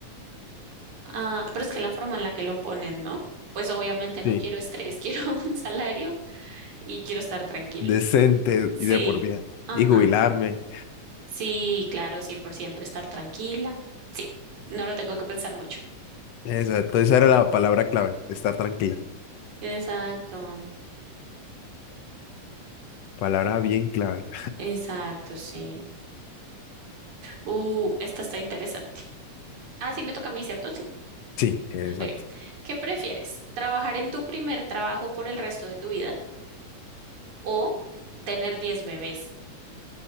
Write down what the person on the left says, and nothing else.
Sí,
decente
y de por vida.
Y jubilarme.
Exacto, esa era la palabra clave, estar tranquila.
Palabra bien clave.
Sí, exacto.